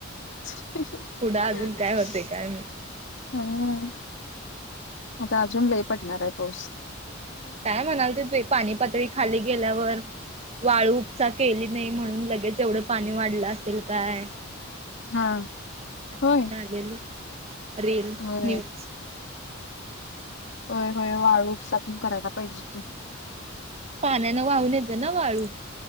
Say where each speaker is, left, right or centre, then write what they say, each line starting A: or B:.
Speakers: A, on the left (about 60°); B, on the right (about 30°).
A: <unintelligible>
B: पुढं अजून काय होते काय माहित
A: हा, आता अजून लई पडणार हाय पाऊस.
B: काय म्हणालतीत बाई पाणी पातळी खाली गेल्यावर वाळू उपसा केली नाही म्हणून लगेच एवढं पाणी वाढलं असेल काय?
A: हा,
B: असं
A: होय.
B: ते आलेली रील,
A: होय
B: न्यूज
A: होय, होय वाळू उपसा पण करायला पाहिजे.
B: पाण्यान वाहून येतं ना वाळू,